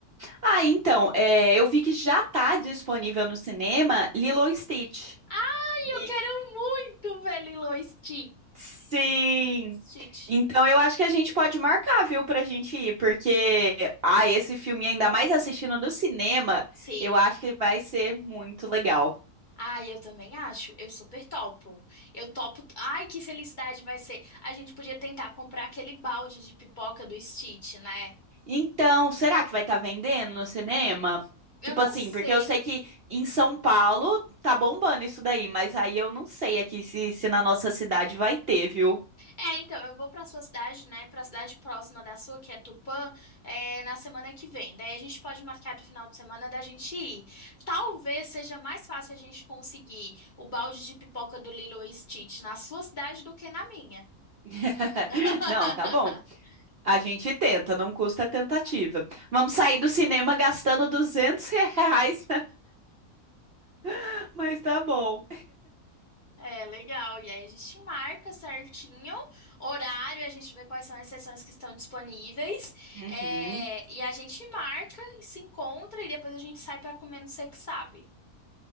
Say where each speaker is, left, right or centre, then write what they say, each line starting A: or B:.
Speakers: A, on the right (about 55°); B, on the left (about 35°).
A: Ah, então, é, eu vi que já está disponível no cinema Lilo e Stitch.
B: Ai,
A: E-
B: eu quero muito ver Lilo e Stitch.
A: Sim.
B: Stitch.
A: Então eu acho que a gente pode marcar, viu, pra gente ir, porque ah, esse filme, ainda mais assistindo no cinema,
B: Sim.
A: eu acho que vai ser muito legal.
B: Ai, eu também acho. Eu super topo. Eu topo. Ai, que felicidade vai ser. A gente podia tentar comprar aquele balde de pipoca do Stitch, né?
A: Então, será que vai estar vendendo no cinema?
B: Eu
A: Tipo
B: não
A: assim,
B: sei.
A: porque eu sei que em São Paulo tá bombando isso daí, mas aí eu não sei aqui se, se na nossa cidade vai ter, viu?
B: É, então, eu vou pra sua cidade, né? Pra cidade próxima da sua, que é Tupã, é, na semana que vem. Daí a gente pode marcar do final de semana da gente ir. Talvez seja mais fácil a gente conseguir o balde de pipoca do Lilo e Stitch na sua cidade do que na minha.
A: <laughs>
B: <laughs>
A: Não, tá bom. A gente tenta, não custa a tentativa. Vamos sair do cinema gastando 200 reais, <laughs> mas tá bom.
B: É, legal. E aí a gente marca certinho horário, a gente vê quais são as sessões que estão disponíveis.
A: Uhum.
B: é, e a gente marca e se encontra e depois a gente sai pra comer no Sei Que Sabe,